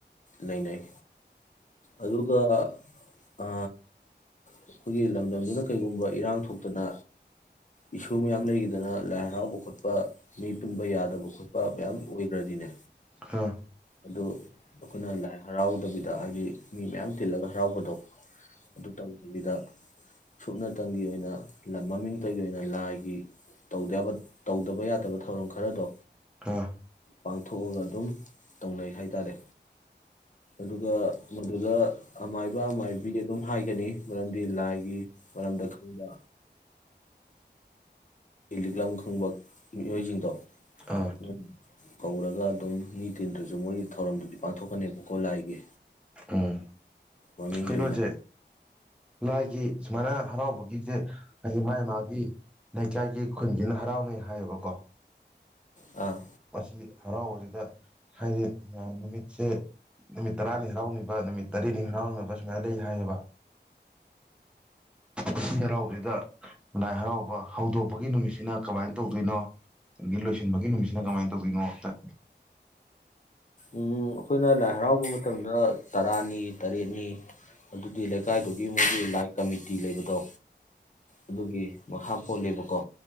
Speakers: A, on the left; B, in the centre.
A: ꯂꯩꯅꯩ꯫ ꯑꯗꯨꯒ ꯑ ꯑꯩꯈꯣꯏꯒꯤ ꯂꯝꯗꯝꯗꯨꯅ ꯀꯔꯤꯒꯨꯝꯕ ꯏꯔꯥꯡ ꯊꯣꯛꯇꯅ ꯏꯁꯨ ꯃꯌꯥꯝ ꯂꯩꯈꯤꯗꯅ ꯂꯥꯏ ꯍꯔꯥꯎꯕ ꯈꯣꯠꯄ ꯃꯤ ꯄꯨꯟꯕ ꯌꯥꯗꯕ ꯈꯣꯠꯄ ꯃꯌꯥꯝ ꯑꯣꯏꯈ꯭ꯔꯗꯤꯅꯦ
B: ꯑ ꯑꯣ
A: ꯑꯗꯨ ꯑꯩꯈꯣꯏꯅ ꯂꯥꯢꯍ ꯍꯔꯥꯎꯗꯕꯤꯗ ꯍꯥꯏꯕꯗꯤ ꯃꯤ ꯃꯌꯥꯝ ꯇꯤꯜꯂꯒ ꯍꯔꯥꯎꯗꯕꯤꯕꯗ ꯍꯥꯢꯗꯤ ꯃꯤ ꯃꯌꯥꯝ ꯇꯤꯜꯂꯒ ꯍꯔꯥꯎꯕꯗꯣ ꯑꯗꯨ ꯇꯧꯗꯕꯤꯗ ꯁꯨꯞꯅꯇꯪꯒꯤ ꯑꯣꯏꯅ ꯃꯃꯤꯡꯇꯒꯤ ꯑꯣꯏꯅ ꯂꯥꯏꯒꯤ ꯇꯧꯕ ꯇꯧꯗꯕ ꯌꯥꯗꯕ ꯊꯧꯔꯝ ꯈꯔꯗꯣ
B: ꯑ
A: ꯄꯥꯡꯊꯣꯛꯑꯒ ꯑꯗꯨꯝ ꯇꯧꯅꯩ ꯍꯥꯏꯇꯥꯔꯦ ꯑꯗꯨꯒ ꯃꯗꯨꯗ ꯑꯃꯥꯏꯕ ꯑꯃꯥꯏꯕꯤ ꯑꯗꯨꯝ ꯍꯥꯏꯒꯅꯤ ꯃꯔꯝꯗꯤ ꯂꯥꯏꯒꯤ ꯃꯔꯝꯗ ꯈꯪꯕ ꯂꯤꯛꯂꯝ ꯈꯪꯕ ꯃꯤꯑꯣꯏꯁꯤꯡꯗꯣ
B: ꯑꯥ
A: ꯎꯝ ꯀꯧꯔꯒ ꯑꯗꯨꯝ ꯃꯤ ꯇꯤꯟꯗ꯭ꯔꯁꯨ ꯃꯣꯏꯒꯤ ꯊꯧꯔꯝꯗꯨꯗꯤ ꯄꯥꯡꯊꯣꯛꯀꯅꯦꯕꯀꯣ ꯂꯥꯏꯒꯤ
B: ꯎꯝ
A: ꯃꯃꯤꯡꯒꯤ
B: ꯀꯩꯅꯣꯁꯦ
A: ꯑꯣꯏꯅ
B: ꯂꯥꯏꯒꯤ ꯁꯨꯃꯅ ꯍꯔꯥꯎꯕꯒꯤꯁꯦ ꯍꯥꯏꯗꯤ ꯃꯥꯒꯤ ꯃꯥꯒꯤ ꯂꯩꯀꯥꯏꯒꯤ ꯈꯨꯟꯒꯤꯅ ꯍꯔꯥꯎꯅꯩ ꯍꯥꯏꯌꯦꯕꯀꯣ
A: ꯑꯥ
B: ꯃꯁꯤ ꯍꯔꯥꯎꯕꯁꯤꯗ ꯍꯥꯏꯗꯤ ꯅꯨꯃꯤꯠ ꯁꯦ ꯅꯨꯃꯤꯠ ꯇꯔꯥꯅꯤ ꯍꯔꯥꯎꯅꯤꯕ ꯅꯨꯃꯤꯠ ꯇꯔꯦꯠꯅꯤ ꯍꯔꯥꯎꯅꯕ ꯁꯨꯃꯥꯏꯅ ꯂꯩ ꯍꯥꯏꯌꯦꯕ ꯎ ꯁꯤ ꯍꯔꯥꯎꯕꯁꯤꯗ ꯂꯥꯏ ꯍꯔꯥꯎꯕ ꯍꯧꯗꯣꯛꯄꯒꯤ ꯅꯨꯃꯤꯠꯁꯤꯅ ꯀꯃꯥꯏꯅ ꯇꯧꯗꯣꯏꯅꯣ ꯑꯗꯒꯤ ꯂꯣꯏꯁꯤꯟꯕꯒꯤ ꯅꯨꯃꯤꯠꯁꯤ ꯁꯤꯅ ꯀꯃꯥꯏꯅ ꯇꯧꯗꯣꯢꯅꯣ ꯇ
A: ꯎ ꯑꯩꯈꯣꯏꯅ ꯂꯥꯏ ꯍꯔꯥꯎꯕ ꯃꯇꯝꯗ ꯇꯔꯥꯅꯤ ꯇꯔꯦꯠꯅꯤ ꯑꯗꯨꯗꯤ ꯂꯩꯀꯥꯏꯗꯨꯒꯤ ꯃꯣꯏꯒꯤ ꯂꯥꯏ ꯀꯃꯤꯇꯤ ꯂꯩꯕꯗꯣ ꯑꯗꯨꯒꯤ ꯃꯈꯥ ꯄꯣꯜꯂꯤꯕꯀꯣ